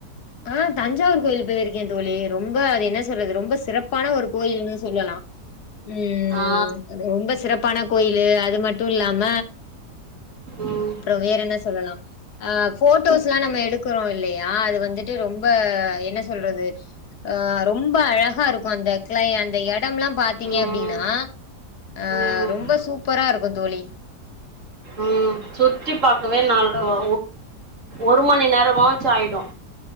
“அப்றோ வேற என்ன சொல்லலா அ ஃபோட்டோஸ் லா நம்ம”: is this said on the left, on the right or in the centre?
Left